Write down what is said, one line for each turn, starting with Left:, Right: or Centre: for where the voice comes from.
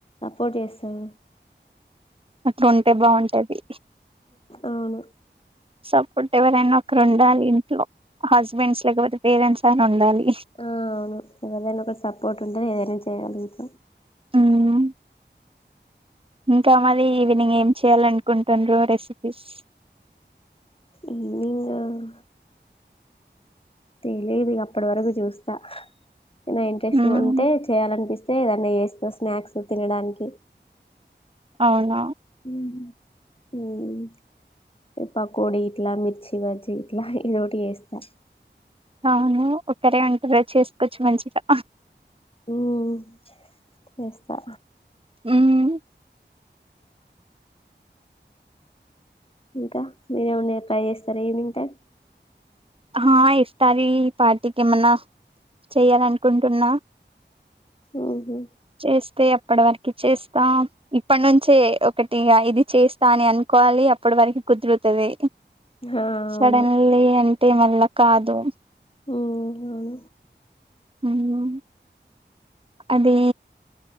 Left: ఒజేస్తారు
Right: అట్లుంటే బాగుంటది.
Left: అవును
Right: సపోర్ట్ ఎవరైనా ఒకరు ఉండాలి. ఇంట్లో హస్బెండ్స్ లేకపోతే పేరెంట్స్ ఐనా ఉండాలి.
Left: ఆ అవును ఎవరిదైనా ఒక సపోర్ట్ ఉంటేనే ఏదైనా చేయగలుగుతాము.
Right: ఉమ్ ఇంకా మరి ఈవినింగ్ ఏం చేయాల్ అనుకుంటుండ్రు రెసిపీస్
Left: ఈవినింగ్ తెలీదు ఇగ అప్పటి వరకు చూస్తా ఐనా ఇంట్రెస్ట్
Right: మ్మ్
Left: ఉంటే చేయాలనిపిస్తే తె ఏదన్నా చేస్తా స్నాక్స్ తినడానికి
Right: అవునా
Left: ఉమ్ ఉహ్మ్ పకోడి ఇట్లా మిర్చి బజ్జీ ఇట్లా ఏదోటి చేస్తా.
Right: అవును ఒకరే ఉంటె బాచేసుకోవచ్చు మంచిగా
Left: ఉమ్ చేస్తా
Right: ఉమ్
Left: ఇంకా మీరు ఏమన్న ట్రై చేస్తారా ఈవినింగ్ టైం
Right: ఆ ఇఫ్తారీ పార్టీకి ఏమన్నా చెయ్యాలనుకుంటున్నా.
Left: ఉహు
Right: చేస్తే అప్పటి వరకు చేస్తామ్ ఇప్పటి నుంచే ఒకటిగా ఇది చేస్తా అని అనుకోవాలి అప్పటి వరకు కుదురుతది
Left: ఆ
Right: సడన్లీ
Left: అవును
Right: అంటే మళ్ళా కాదు
Left: ఓహ్
Right: ఉమ్ అదీ